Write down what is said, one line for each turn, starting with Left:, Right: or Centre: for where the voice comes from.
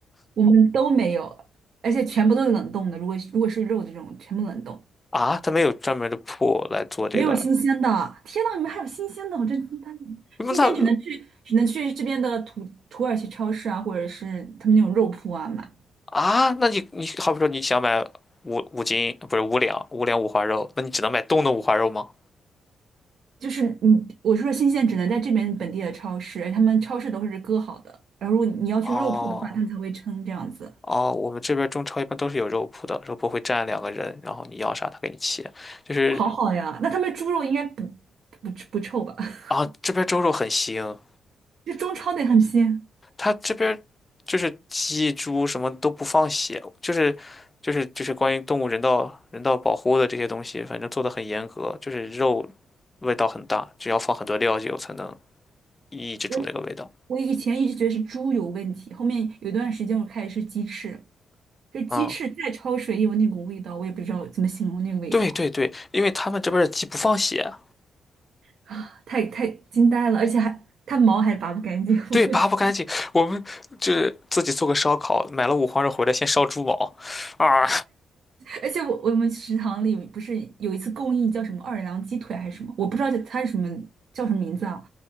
Right: 我们都没有，而且全部都是冷冻的。如果如果是肉这种，全部冷冻，
Left: 啊。它没有专门的铺来做这个，
Right: 没有新鲜的。天呐，你们还有新鲜的？我真惊呆了，
Left: 那它
Right: 新鲜只能去只能去这边的土土耳其超市啊，或者是他们那种肉铺啊买。
Left: 啊，那你你好比说你想买五五斤，不是五两五两五花肉，那你只能买冻的五花肉吗？
Right: 就是你，我说新鲜只能在这边本地的超市，他们超市都是割好的，然后如果你要去肉铺的话，
Left: 哦
Right: 他们才会称这样子，
Left: 哦，我们这边中超一般都是有肉铺的，肉铺会站两个人，然后你要啥他给你切。就是
Right: 好好呀。那他们猪肉应该不不不臭吧？<laughs>
Left: 啊，这边猪肉很腥，
Right: 这中超得很鲜。
Left: 他这边就是鸡猪什么都不放血，就是就是就是关于动物人道人道保护的这些东西，反正做的很严格，就是肉味道很大，只要放很多料酒才能抑制住那个味道。
Right: 我我以前一直觉得是猪有问题，后面有一段时间我开始吃鸡翅，这鸡翅再焯水也有那股味道，
Left: 嗯
Right: 我也不知道怎么形容那个味道
Left: 对对对，因为他们这边的鸡不放血，
Right: 啊，太太惊呆了，而且还它毛还拔不干净，<laughs>
Left: 对，
Right: 我而且。
Left: 拔不干净。我们就是自己做个烧烤，买了五花肉回来，先烧猪毛，啊，
Right: 而且我我们食堂里不是有一次供应叫什么奥尔良鸡腿还是什么，我不知道它是什么叫什么名字啊。